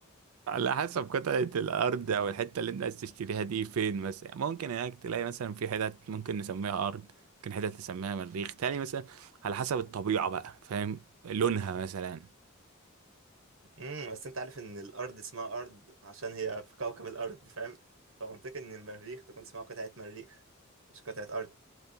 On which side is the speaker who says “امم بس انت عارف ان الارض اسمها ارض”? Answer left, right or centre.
Right